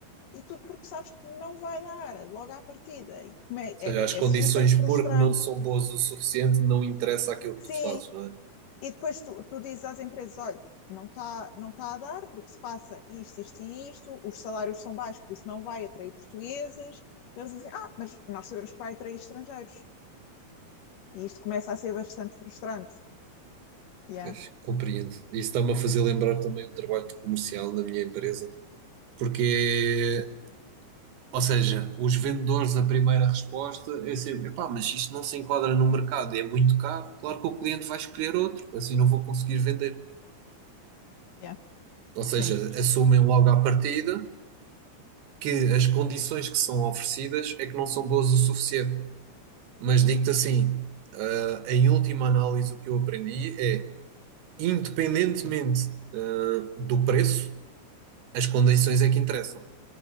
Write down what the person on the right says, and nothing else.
seja,
as condições,
porque não são boas o suficiente, não interessa aquilo
que tu fazes, não é?
Pois, compreendo. Isso está-me a fazer lembrar também o trabalho de comercial na minha empresa. Porque, ou seja, os vendedores, a primeira resposta é sempre: epá, mas isto não se enquadra no mercado, é muito caro. Claro que o cliente vai escolher outro, assim não vou conseguir vender.
Ou seja,
assumem logo à partida que as condições que são oferecidas é que não são boas o suficiente. Mas digo-te assim. Em última análise, o que eu aprendi é, independentemente ah, do preço, as condições é que interessam.